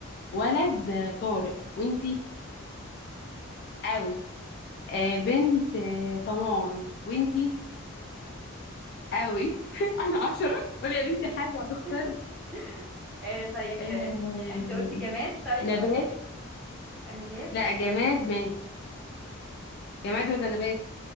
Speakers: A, on the left; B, in the centre.
A: ولد آه، طارق وانتي اوت آه، بنت آه، طمان وانتي اوت <laughs> انا عشرة قولي يا بنتي حاجة هتختار
B: <laughs> آه، طيب
A: آه،
B: آه، انت قلتي جماد طيب
A: نبات
B: ولا نبات
A: لا جماد ماشي جماد ولا نبات